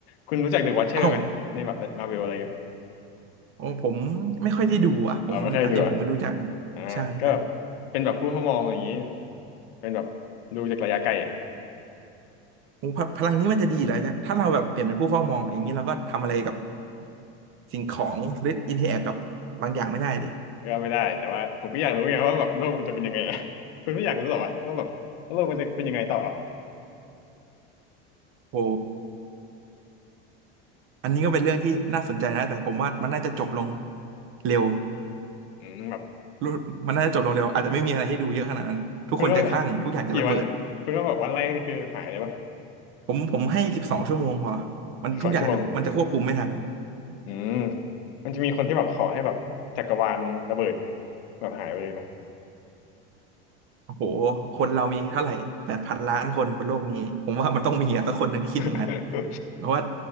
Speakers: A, on the left; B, on the right.
A: คุณรู้จักเดอะวอ t เชอร์ไหมในแบบมาเวลอะไรเงี้ย
B: เอ้าของผมไม่ค่อยได้ดูอ่ะผมอันนี้ผมไม่รู้จัก
A: เอาไม่เคยดูอะอ่าก็แบบเป็นแบบผู้เฝ้ามองอย่างนี้
B: ใช่ใช่
A: เป็นแบบดูจากระยะไกลอะ
B: โอ้พพลังนี้มันจะดีเหรอเนี่ยถ้าเราแบบเปลี่ยนเป็นผู้เฝ้ามองอย่างนี้เราก็ทำอะไรกับ สิ่งของหรืออินเทอร์แอคกับบางอย่างไม่ได้ดิ
A: ก็ไม่ได้แต่ว่าผมก็อยากรู้ไงว่าแบบโลกมันจะเป็นยังไงอะคุณไม่อยากรู้หรอวะว่าแบบโลกมันจะเป็นยังไงต่อ
B: โหอันนี้ก็เป็นเรื่องที่น่าสนใจนะแต่ผมว่ามันน่าจะจบลงเร็ว
A: อืมแบบ
B: รู้มันน่าจะจบลงเร็วอาจจะไม่มีอะไรให้ดูเยอะขนาดนั้นทุกคนจะคลั่งทุกอย่างจะระเบิด
A: คุณว่า <laughs> กี่วันอะคุณว่าแบบวันแรกนี่คือหายเลยปะ
B: ผมผมให้สิบสองชั่วโมงพอมันทุกอย่างจะมันจะควบคุมไม่ทัน
A: สิบสองชั่วโมงอืมมันจะมีคนที่แบบขอให้แบบจักรวาลระเบิดแบบหายไปเลยไหม
B: โอ้โหคนเรามีเท่าไหร่แปดพันล้านคนบนโลกนี้ผมว่ามันต้องมีอะสักคนหนึ่งที่คิดอย่างนั้น
A: <laughs>
B: เพราะว่า